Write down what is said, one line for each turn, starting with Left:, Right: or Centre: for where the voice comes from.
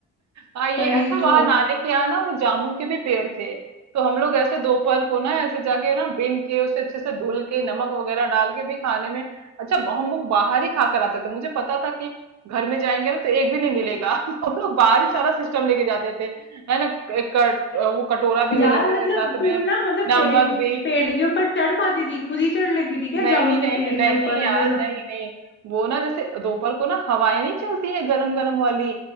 Right: हाँ ये
Left: वही
Right: अच्छा वहां
Left: तो
Right: नानी के यहाँ ना वो जामुन के भी पेड़ थे तो हम लोग ऐसे दोपहर को ना ऐसे जाके ना बिन के उसे अच्छे से धुल के नमक वगैरह डाल के भी खाने में अच्छा हम लोग बाहर ही खा कर आते थे मुझे पता था कि घर में जाएंगे ना तो एक भी नहीं मिलेगा <laughs> तो हम लोग बाहर ही सारा सिस्टम लेके जाते थे है ना एक कट, वो कटोरा भी ले
Left: यार
Right: लेते
Left: मतलब
Right: थे साथ
Left: तुम
Right: में
Left: ना मतलब
Right: नमक
Left: पेड़
Right: भी
Left: पेड़ के ऊपर चढ़ पाती थी खुद ही चढ़ लेती थी क्या
Right: नहीं
Left: जामुन
Right: नहीं
Left: के पेड़ के
Right: नहीं
Left: ऊपर
Right: यार
Left: ये सब
Right: नहीं नहीं वो ना जैसे दोपहर को ना हवाएं नहीं चलती है गरम गरम वाली